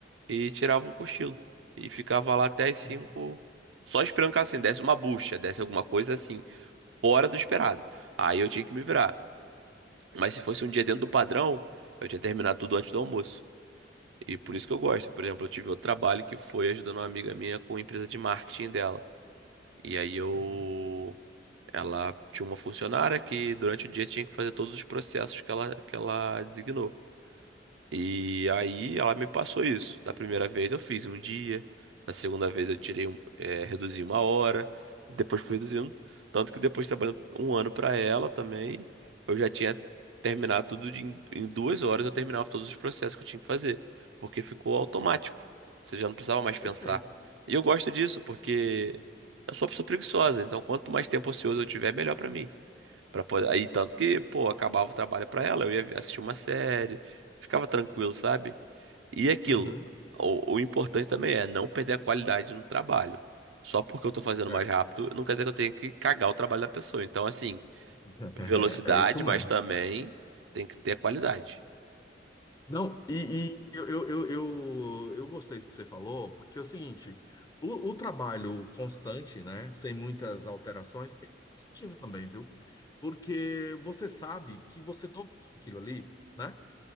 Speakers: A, on the right (about 85°); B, on the left (about 20°).
A: e tirava um cochilo. E ficava lá até as
B: Uhum,
A: 5, só esperando que assim, desse uma bucha, desse alguma coisa assim, fora do esperado. Aí eu tinha que me virar. Mas se fosse um dia dentro do padrão, eu tinha terminado tudo antes do almoço. E por isso que eu gosto. Por exemplo, eu tive outro trabalho que foi ajudando uma amiga minha com a empresa de marketing dela. E aí eu
B: uhum,
A: Ela tinha uma funcionária que durante o dia tinha que fazer todos os processos que ela, que ela designou. E aí ela me passou isso. Da primeira vez eu fiz um dia, na segunda vez eu tirei um, eh, reduzi uma hora, depois fui reduzindo. Tanto que depois trabalhando um ano para ela também, eu já tinha terminado tudo de- em em duas horas, eu terminava todos os processos que eu tinha que fazer, porque ficou automático.
B: perfeito,
A: Você já não precisava mais
B: perfeito.
A: pensar. E eu gosto disso porque eu sou uma pessoa preguiçosa, então quanto mais tempo ocioso eu tiver, melhor para mim. Pra poder... Aí, tanto
B: Vai.
A: que, pô, acabava o trabalho pra ela, eu ia assistir uma série, ficava tranquilo, sabe? E aquilo,
B: Uhum,
A: o, o importante também é não perder a qualidade no trabalho. Só porque eu tô fazendo
B: é.
A: mais rápido, não quer dizer que eu tenha que cagar o trabalho da pessoa. Então, assim,
B: <laughs>
A: velocidade,
B: É isso mesmo.
A: mas também tem que ter qualidade.
B: Não, e, e eu, eu, eu, eu gostei do que você falou, porque é o seguinte, o, o trabalho constante, né, sem muitas alterações, é positivo também, viu? Porque você sabe que você dominou aquilo ali, né?